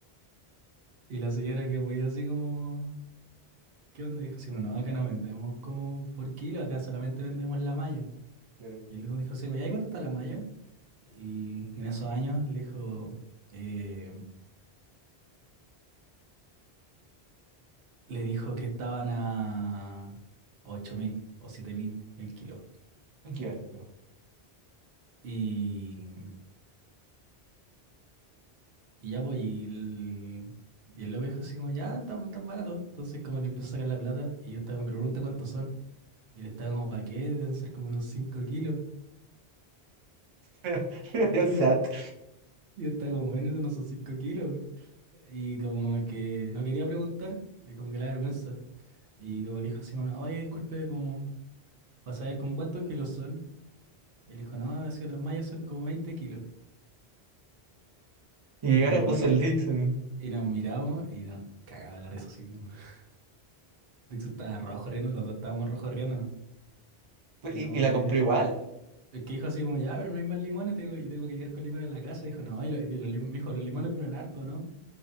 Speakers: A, on the right (about 70°); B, on the right (about 40°).
A: Y la señora que muy así como... ¿Qué onda? Dijo, sí, bueno, acá no vendemos como por kilo, acá solamente vendemos la malla.
B: Claro.
A: Y él dijo, sí, bueno, ¿y cuánto está la malla? Y en esos años le dijo, eh, le dijo que estaban a ocho mil o siete mil el kilo.
B: Qué barato.
A: Y, y ya, pues, y el, y el loco dijo así como, ya, estamos tan baratos. Entonces como que empezó a sacar la plata y yo estaba como, pero pregunta cuántos son. Y le estaba como, ¿para qué? Deben ser como unos 5 kilos.
B: <laughs> Exacto.
A: Y yo Y está como en eso, no son 5 kilos. güey. Y como que no quería preguntar, y como que la vergüenza. Y como que dijo así, bueno, oye, disculpe, como para saber como cuántos kilos son. Y él dijo, no, así las mallas son como 20 kilos.
B: Y
A: Y
B: ahora
A: como
B: puso
A: que,
B: el Dixon.
A: y nos miramos y nos cagaba la risa así como. <laughs> De estaba rojo riendo, los dos estábamos rojos riendo, no
B: Pues,
A: Y
B: ¿Y,
A: como
B: y la
A: que,
B: compró igual?
A: el que dijo así como, ya, pero no hay más limones, tengo, y tengo que llegar con limones a la casa. Dijo, no, y, lo- y los, limo- me dijo, los limones duran harto, ¿no?